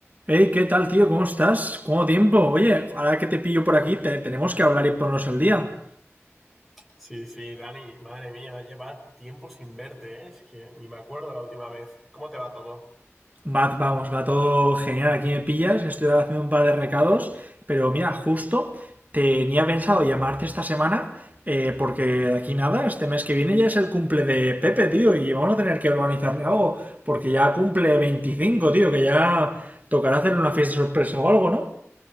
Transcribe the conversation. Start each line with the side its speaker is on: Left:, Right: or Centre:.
Right: Hey, ¿qué tal, tío? ¿Cómo estás? ¿Cuánto tiempo? Oye, ahora que te pillo por aquí, te- tenemos que hablar y ponernos al día.
Centre: Sí, sí, Dani, madre mía, lleva tiempo sin verte, ¿eh? Es que ni me acuerdo la última vez. ¿Cómo te va todo?
Right: Va, vamos, va todo genial. Aquí me pillas, estoy ahora haciendo un par de recados, pero mira, justo tenía pensado llamarte esta semana, eh, porque de aquí nada, este mes que viene ya es el cumple de Pepe, tío, y vamos a tener que organizarle algo, porque ya cumple 25, tío, que ya tocará hacerle una fiesta sorpresa o algo, ¿no?